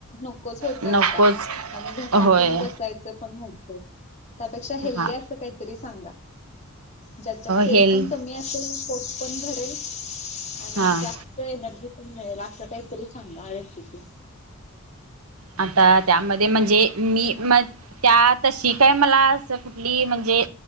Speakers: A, on the left (about 30°); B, on the right (about 85°).
A: नकोच होत
B: नकोच
A: आता आणि घसा
B: होय
A: पण बसायचं पण होतंय. त्यापेक्षा हेल्दी
B: हा
A: अस काहीतरी सांगा. ज्याच्यात तेल
B: हेल्
A: पण कमी असेल पोट पण भरेल. आणि
B: हां
A: जास्त एनर्जी पण मिळेल असं काहीतरी सांगा ह रेसिपी
B: आता त्यामध्ये म्हणजे मी म त्या तशी काय मला असं कुठली म्हणजे